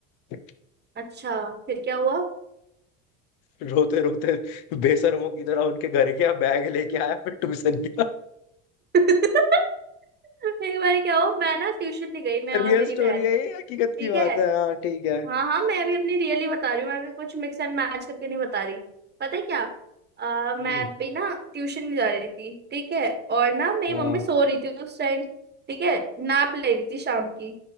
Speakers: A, on the left (about 65°); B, on the right (about 25°).
A: <laughs>
B: अच्छा फिर क्या हुआ
A: रोते रोते बेशर्मों की तरह उनके घर गया बैग लेके आया फिर ट्यूशन गया
B: <laughs> एक बार क्या हो मैं ना ट्यूशन नहीं गई मैं और
A: रियल
B: मेरी
A: स्टोरी
B: बहन
A: है ये हकीकत
B: ठीक
A: की
B: है
A: बात है हाँ ठीक है
B: हाँ हाँ मैं भी अपनी रियली बता रही हूँ मैं भी कुछ मिक्स एंड मैच करके नहीं बता रही पता है क्या अ, मैं
A: हम्म
B: भी ना ट्यूशन नहीं जा रही थी ठीक है और ना मेरी
A: हाँ
B: मम्मी सो रही थी उस टाइम ठीक है नैप ले रही थी शाम की